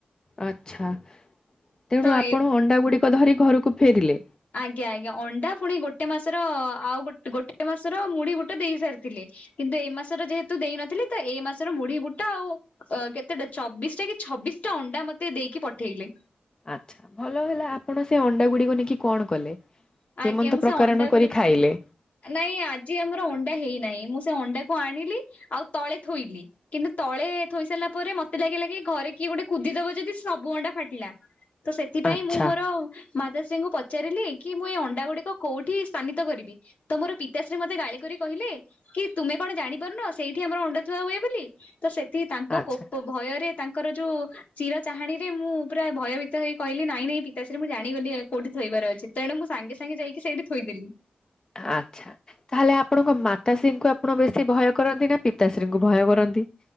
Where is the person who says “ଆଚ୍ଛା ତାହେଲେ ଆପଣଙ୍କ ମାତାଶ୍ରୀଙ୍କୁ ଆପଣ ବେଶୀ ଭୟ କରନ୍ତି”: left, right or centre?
Left